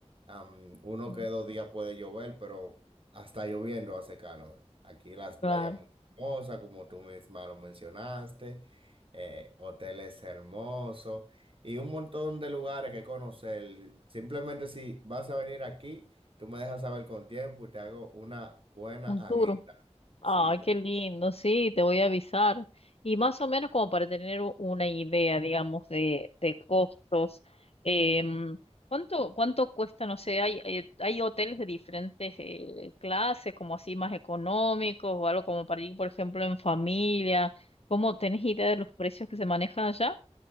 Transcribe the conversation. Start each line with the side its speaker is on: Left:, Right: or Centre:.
Right: am, uno
Left: Mm,
Right: que dos días puede llover, pero hasta lloviendo hace calor. Aquí las playas
Left: Claro.
Right: muy hermosas, como tú misma lo mencionaste, eh, hoteles hermosos y un montón de lugares que conocer. Simplemente si vas a venir aquí, tú me dejas saber con tiempo y te hago una buena
Left: Un
Right: agenda.
Left: tour. Ay,
Right: Sí,
Left: qué lindo, sí, te voy a avisar. Y más o menos como para tener u- una idea, digamos, de, de costos. em, ¿cuánto, cuánto cuesta? No sé, hay, eh, hay hoteles de diferentes eh, clases, como así más económicos o algo como para ir, por ejemplo, en familia. ¿Cómo tenés idea de los precios que se manejan allá?